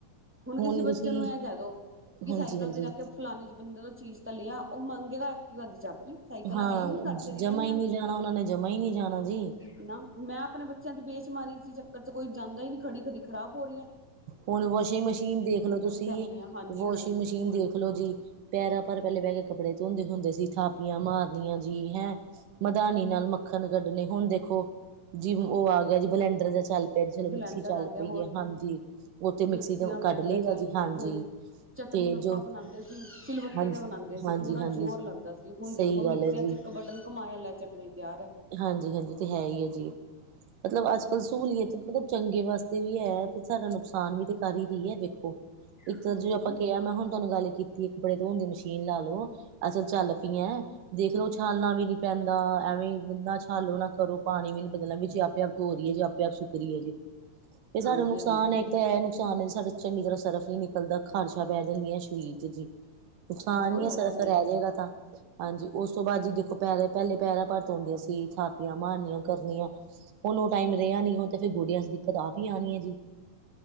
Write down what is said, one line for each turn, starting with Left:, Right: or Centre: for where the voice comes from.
Centre: ਹੁਣ ਕਿਸੇ
Right: ਹੀ
Centre: ਬੱਚੇ
Right: ਤੁਸੀਂ
Centre: ਨੂੰ ਇਹ ਕਹਿ ਦੋ ਕਿ
Right: ਹਾਂਜੀ
Centre: ਸਾਈਕਲ
Right: ਹਾਂਜੀ
Centre: ਤੇ ਜਾ ਕੇ ਫਲਾਾਣੇ ਬੰਦੇ ਦਾ ਚੀਜ਼ ਤਾਂ ਲਿਆ ਉਹ ਮੰਗੇਗਾ ਐਕਟੀਵਾ ਦੀ ਚਾਬੀ। ਸਾਈਕਲਾਂ
Right: ਹਾਂ,
Centre: ਹੈ ਹੀ ਨਹੀਂ ਘਰ ਚ ਰਹੀਆਂ
Right: ਜਮਾ ਹੀ
Centre: ਹਨ
Right: ਨਹੀਂ ਜਾਣਾ ਉਹਨਾਂ ਨੇ ਜਮਾ ਹੀ ਨਹੀਂ ਜਾਣਾ ਜੀ।
Centre: ਨਾ, ਮੈਂ ਆਪਣੇ ਬੱਚਿਆਂ ਦੀ ਬੇਸ਼ੁਮਾਰੀ ਚ' ਚੱਕਰ ਚ' ਕੋਈ ਜਾਂਦਾ ਹੀ ਨੀ। ਖੜੀ- ਖੜੀ ਖਰਾਬ ਹੋ ਰਹੀ ਹੈ।
Right: ਹੁਣ ਵਾਸ਼ਿੰਗ ਮਸ਼ੀਨ ਦੇਖਲੋ ਤੁਸੀਂ,
Centre: ਚੱਲਣੇ ਆ ਹਾਂਜੀ
Right: ਵਾਸ਼ਿੰਗ
Centre: ਹਾਂਜੀ ਬਿਲਕੁਲ
Right: ਮਸ਼ੀਨ ਦੇਖਲੋ ਜੀ। ਪੈਰਾਂ ਪਰ ਪਹਿਲੇ ਬਹਿ ਕੇ ਕੱਪੜੇ ਧੋਂਦੇ ਹੁੰਦੇ ਸੀ। ਥਾਪੀਆਂ ਮਾਰਨੀਆਂ ਜੀ ਹੈਂ। ਮਧਾਨੀ ਨਾਲ ਮੱਖਣ ਕੱਢਣੇ ਹੁਣ ਦੇਖੋ ਜੀ, ਉਹ ਆ ਗਿਆ ਜੀ ਬਲੈਂਡਰ ਦਾ ਚੱਲ ਪ ਚਲੋ,
Centre: ਬਲੈਂਡਰ
Right: ਮਿਕਸੀ ਚੱਲ
Centre: ਆ ਗਿਆ
Right: ਪਈ
Centre: ਹੋਰ
Right: ਹੈ
Centre: ਕੀ
Right: ਹਾਂਜੀ। ਉਥ ਮਿਕਸੀ
Centre: ਮਿਕਸੀਆਂ
Right: ਤੇ ਕੱਢ
Centre: ਬਲੈਂਡਰ
Right: ਲਈ
Centre: ਚੱਲ
Right: ਦਾ ਜੀ।
Centre: ਗਈਆਂ
Right: ਹਾਂਜੀ।
Centre: ਹੁਣ ਚਟਨੀ
Right: ਤੇ
Centre: ਆਪਾਂ
Right: ਜੋ
Centre: ਬਣਾਉਂਦੇ ਸੀ ਸਿਲਵੱਟੇ
Right: ਹਾਂਜੀ
Centre: ਦੇ ਬਣਾਉਂਦੇ ਸੀ।
Right: ਹਾਂਜੀ
Centre: ਪੂਰਾ
Right: ਹਾਂਜੀ
Centre: ਜ਼ੋਰ ਲੱਗਦਾ ਸੀ ਹੁਣ
Right: ਸਹੀ
Centre: ਦੇਖੋ ਮਿਕਸੀਆਂ
Right: ਗੱਲ ਹੈ ਜੀ
Centre: ਚ' ਇੱਕ ਬਟਨ ਕਮਾਇਆ ਲੈ ਚਟਨੀ ਤਿਆਰ ਹੈ।
Right: ਹਾਂਜੀ- ਹਾਂਜੀ ਤੇ ਹੈ ਹੀ ਹੈ ਜੀ। ਮਤਲਬ ਅੱਜ ਕੱਲ੍ਹ ਸਹੂਲੀਅਤ ਮਤਲਬ ਚੰਗੇ ਵਾਸਤੇ ਵੀ ਹੈ ਤੇ ਸਾਡਾ ਨੁਕਸਾਨ ਵੀ ਤੇ ਕਰ ਹੀ ਰਹੀ ਹੈ ਦੇਖੋ। ਇੱਕ
Centre: ਹਮ
Right: ਤਾਂ ਜ ਆਪਾਂ ਕਿਹਾ ਮੈਂ ਹੁਣ ਤੁਹਾਨੂੰ ਗੱਲ ਕੀਤੀ ਕੱਪੜੇ ਧੋਣ ਦੀ ਮਸ਼ੀਨ ਲਾ ਲਓ। ਅਸਲ ਚੱਲ ਪਈ ਐਂ। ਦੇਖਲੋ ਉਛਾਲਣਾ ਵੀ ਨੀ ਪੈਂਦਾ। ਨਾ ਛਾਲੋ ਨਾ ਕਰੋ ਪਾਣੀ ਵੀ ਨੀ ਬਦਲ ਵੀ ਜੇ ਆਪੇ- ਆਪ ਧੋ ਰਹੀਏ ਜੇ ਆਪੇ -ਆਪ ਸੁੱਕ ਰਹੀਏ ਜੀ। ਇਹ
Centre: ਹਾਂਜੀ
Right: ਸਾਡਾ ਨੁਕਸਾਨ
Centre: ਦੇਖ ਲਓ
Right: ਹੈ ਇੱਕ ਤਾਂ ਇਹ ਨੁਕਸਾਨ ਹੈ ਸਾਡਾ। ਚੰਗੀ ਤਰ੍ਹਾਂ ਸਰਫ ਨੀ ਨਿਕਲਦਾ। ਖਰਸ਼ਾ ਬਹਿ ਜਾਂਦੀਆਂ ਸਰੀਰ ਚ' ਜੀ। ਨੁਕਸਾਨ
Centre: ਹੋਰ
Right: ਹੀ
Centre: ਉਹ
Right: ਹੈ ਸਫ
Centre: ਤਾਂ ਹੀ
Right: ਰਹਿ ਜਾਏਗਾ ਤਾਂ। ਹਾਂਜੀ, ਉਸ ਤੋਂ ਬਾਅਦ ਜੀ ਦੇਖੋ ਪੈਰ ਪਹਿਲੇ ਪੈਰਾਂ ਭ ਉਂਦੀਆਂ ਸੀ ਥਾਪੀਆਂ ਮਾਰਨੀਆਂ ਕਰਨੀਆਂ। ਉਹੁਨੂੰ ਟਾਈਮ ਰਿਹਾ ਨੀ ਹੁਣ। ਫਿਰ ਗੋਡਿਆਂ ਚ' ਦਿੱਕਤ ਆਪ ਹੀ ਆਣੀ ਹੈ ਜੀ।